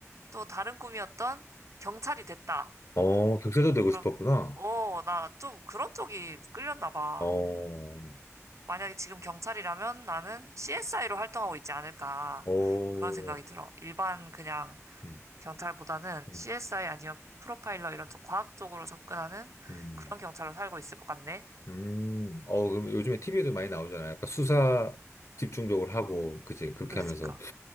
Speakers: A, on the right (about 65°); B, on the left (about 65°).
A: 또 다른 꿈이었던 경찰이 됐다.
B: 어, 격세도 되고
A: 그러면,
B: 싶었구나.
A: 어, 나 좀 그런 쪽이 끌렸나 봐.
B: 어,
A: 만약에 지금 경찰이라면 나는 CSI로 활동하고 있지 않을까.
B: 어,
A: 그런 생각이 들어. 일반 그냥
B: 음,
A: 경찰보다는
B: 음,
A: CSI 아니면 프로파일러 이런 쪽 과학 쪽으로 접근하는
B: 음.
A: 그런 경찰로 살고 있을 것 같네.
B: 음, 어, 그럼 요즘에 TV에도 많이 나오잖아요. 약간 수사 집중적으로 하고, 그치? 그렇게
A: 그러니까.
B: 하면서.